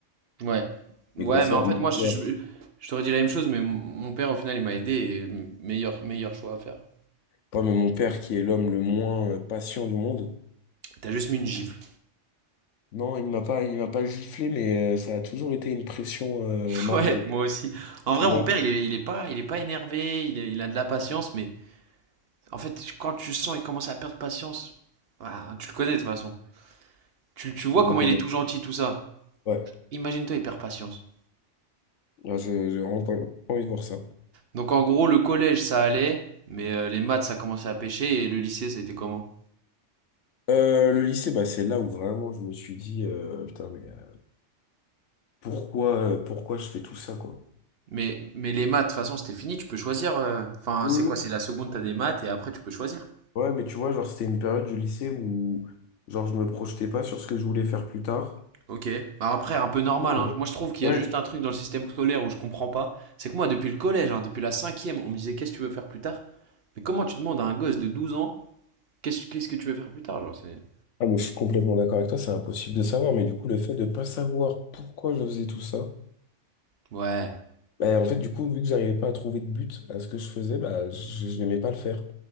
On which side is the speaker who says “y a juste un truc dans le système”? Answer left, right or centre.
Right